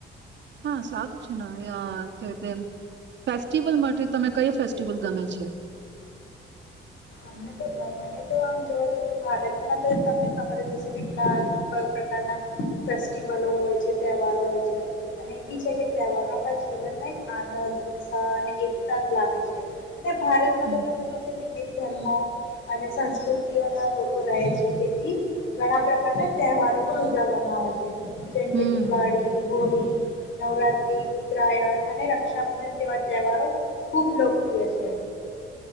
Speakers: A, on the right; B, on the left.
A: હા સારું છે ને અ કેતે ફેસ્ટિવલ માટે તમે કયો ફેસ્ટિવલ ગમે છે?
B: અને તો મને તો આમ જોવા જ તો ભારતમાં તો તમને ખબર જ હશે કેટલા પ્રકારના ફેસ્ટિવલો હોય છે, તહેવારો હોય છે અને એ બી છે કે તહેવારો આપણા જીવનમાં એક આનંદ, ઉત્સાહ અને એકતા લાવે છે. અને ભારત માં
A: હમ
B: તો તમમે પછી બીજે ધર્મો અને સંસ્કૃતિઓના લોકો રહે છે તેથી ઘણા પ્રકારના તહેવારો પણ ઉજવવામાં આવે છે. જેમ
A: હમ
B: કે દિવાળી
A: હમ
B: હોળી. નવરાત્રી ઉત્તરાયણ અને રક્ષાબંધન જેવા તહેવારો ખૂબ લોકપ્રિય છે.